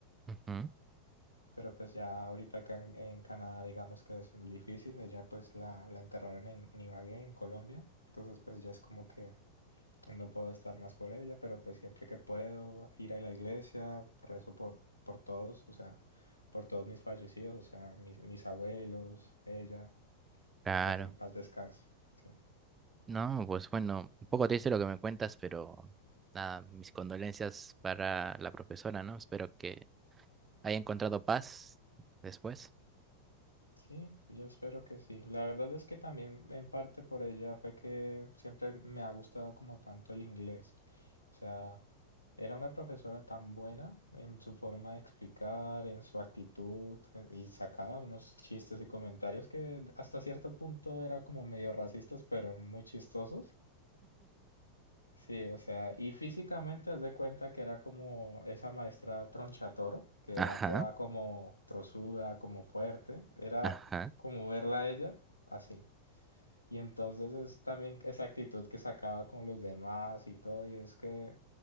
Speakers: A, on the right (about 20°); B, on the left (about 85°).
A: Ujú,
B: pero pues ya ahorita acá en, en Canadá digamos que es difícil, ella pues la, la enterraron en, en Ibagué, en Colombia, entonces pues ya es como que no puedo estar más por ella, pero pues siempre que puedo ir a la iglesia, rezo por, por todos, o sea, por todos mis fallecidos, o sea, mis, mis abuelos, ella,
A: Claro.
B: que pues en paz descanse. Sí.
A: No, pues bueno, un poco triste lo que me cuentas, pero nada, mis condolencias para la profesora, ¿no? Espero que haya encontrado paz después.
B: Sí, yo espero que sí. La verdad es que también en parte por ella fue que siempre me ha gustado como tanto el inglés. O sea, era una profesora tan buena en su forma de explicar, en su actitud, eh, y sacaba unos chistes y comentarios que hasta cierto punto era como medio racistas, pero muy chistosos. Sí, o sea, y físicamente haz de cuenta que era como esa maestra Tronchatoro, que
A: Ajá,
B: era toda como trozuda, como fuerte, era
A: ajá.
B: como verla a ella así. Y entonces es también esa actitud que sacaba con los demás y todo, y es que